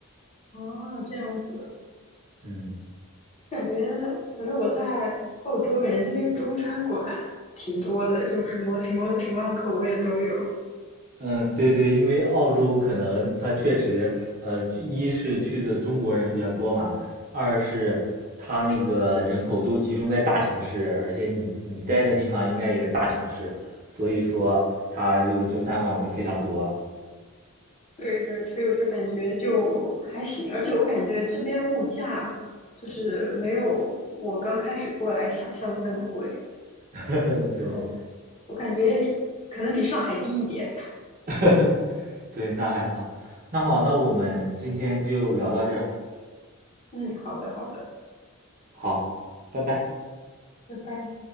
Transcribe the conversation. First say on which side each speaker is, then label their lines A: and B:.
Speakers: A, on the left (about 30°); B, on the right (about 40°).
A: 啊，这样子，
B: 嗯
A: 感觉反正我在澳洲，感觉这边中餐馆挺多的，就什么什么什么口味的都有。
B: 嗯，对对，因为澳洲可能它确实，呃，一是去的中国人比较多嘛，二是它那个人口都集中在大城市，而且你你待的地方应该也是大城市，所以说它这个中餐馆会非常多。
A: 对对，所以我就感觉就还行，而且我感觉这边物价就是没有我刚开始过来想象的那么贵，
B: <laughs> 对。
A: 然后我感觉可能比上海低一点。
B: <laughs> 对，那还好。那好，那我们今天就聊到这儿。
A: 嗯，好的好的，
B: 好，拜拜。
A: 拜拜。